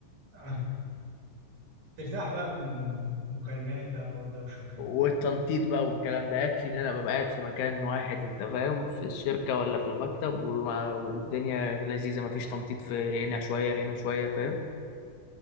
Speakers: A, on the right; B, on the left.
A: <laughs> آه، ترتاح بقى من مكالمات بقى والدوشة وكده
B: والتنطيط بقى والكلام ده يكفي إن أنا ببقى قاعد في مكان واحد أنت فاهم في الشركة ولا في المكتب وما... والدنيا لذيذة مفيش تنطيط في هنا شوية هنا شوية فاهم